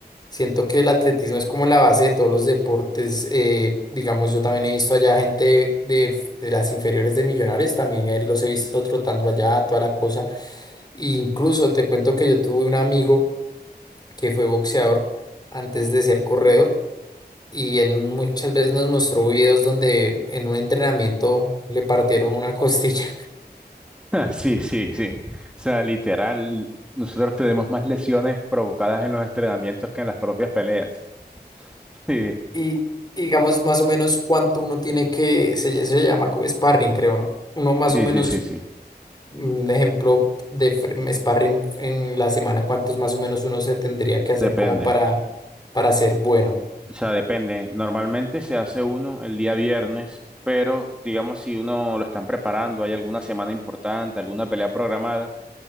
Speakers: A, on the left; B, in the centre.
A: Siento que el atletismo es como la base de todos los deportes. eh, digamos, yo también he visto allá gente de, de las inferiores de Millonarios, también eh, los he visto trotando allá, toda la cosa. Incluso te cuento que yo tuve un amigo que fue boxeador antes de ser corredor y él muchas veces nos mostró videos donde en un entrenamiento le partieron una <laughs> costilla.
B: <laughs> Sí, sí, sí. O sea, literal, nosotros tenemos más lesiones provocadas en los entrenamientos que en las propias peleas. Sí,
A: Y y digamos más o menos cuánto uno tiene que, se, ll- se llama como sparring, creo, ¿no? Uno más
B: sí,
A: o menos,
B: sí, sí, sí.
A: un ejemplo de fr- sparring en la semana, cuántos más o menos uno se tendría que hacer
B: Depende,
A: como para, para ser bueno.
B: o sea, depende. Normalmente se hace uno el día viernes, pero digamos si uno lo están preparando, hay alguna semana importante, alguna pelea programada,